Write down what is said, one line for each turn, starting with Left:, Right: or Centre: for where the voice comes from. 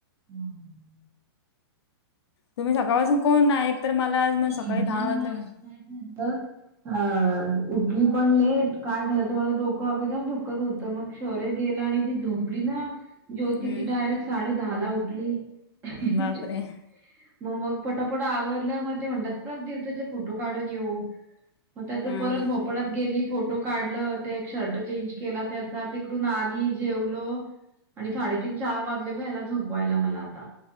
Right: हम,
Left: तुम्ही सकाळपासून कोण नाहि एक तर मला आज ना सकाळी
Right: अगं
Left: दहा वाजलं
Right: मी आज
Left: पासून.
Right: काय झालं. अ उठली पण लेट काय झालं तर माझं डोकं अगदम दुकत होतं मग. शौर्य गेला आणि ती झोपली ना. ज्योती
Left: हम्म.
Right: ती डायरेक्ट साडे दहा ला उठली मग
Left: बापरे!
Right: मग. पटोपट आवरलं मग ते म्हणतात तीर्थचे फोटो काढून येऊ. मग त्याच
Left: हम्म.
Right: परत मोपळात गेली फोटो काढलं ते एक शर्ट चेंज केला त्याचा ते. कठून आली जेवलो आणि साडेतीन चार वाजले ग याला झोपवायला मला आता.